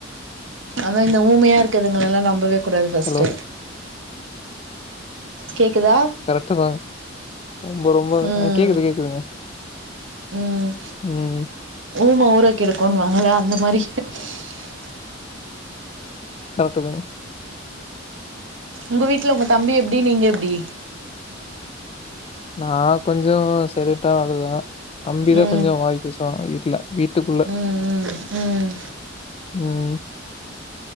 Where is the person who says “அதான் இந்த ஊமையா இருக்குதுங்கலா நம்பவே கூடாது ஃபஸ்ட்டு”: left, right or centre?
Right